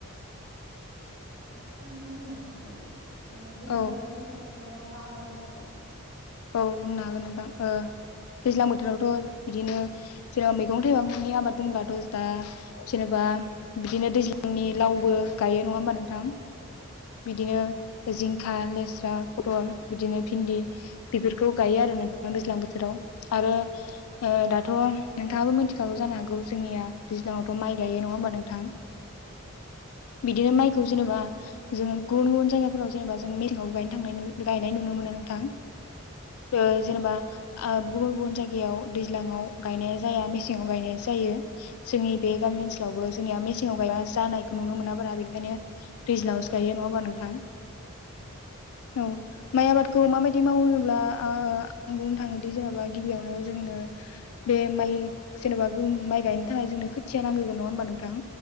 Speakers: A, on the right; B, on the left.
A: ओ दा नोंथाङा बुंनो हागोन ना? ओ जोङो
B: औ
A: दैज्लां बो मा मा आबाद मावो?
B: औ बुंनो हागोन नोंथां। ओ दैज्लां बोथोरावथ' बिदिनो जेनेबा मैगं थाइगंनि आबाद बुंब्लाथ' दा जेनेबा बिदिनो दैज्लांनि लावबो गायो नङा होमबा नोंथां?
A: औ
B: बिदिनो जिंखा लेस्रा पटल बिदिनो भिन्दि बेफोरखौ
A: औ
B: गायो आरो नोंथां दैज्लां बोथोराव आरो
A: औ
B: ओ दाथ' नोंथाङाबो मिथिखागौ जानो हागौ जोंनिया दैज्लाङावथ' माइ गायो नङा होमबा नोंथां।
A: औ
B: बिदिनो माइखौ जेनेबा जोङो गुबुन गुबुन जायगाफोराव जेनेबा जों मेंसेङावबो गाय गायनाय नुनो मोनो नोंथां।
A: औ
B: ओ जेनेबा ओ गुबुन गुबुन जायगायाव दैज्लाङाव गायनाया जाया मेसेंआव गायनाया जायो। जोंनि
A: औ
B: बे गामि ओनसोल जोंनि मसे जानायखौ नुनो मोना बारा बेखायनो दैज्लाङावसो गायो नङाबा नोंथां?
A: औ नंगौ
B: औ माइ आबादखौ माबायदि माव होनोब्ला आं ओ बुंनो थाङोदि जेनेबा गिबियावनो जोंनो बे माइ जेनेबा गुबुन माइ गायनो थाखाय जोंनो खोथिया नांग्रोगोन नङा होमबा नोंथां?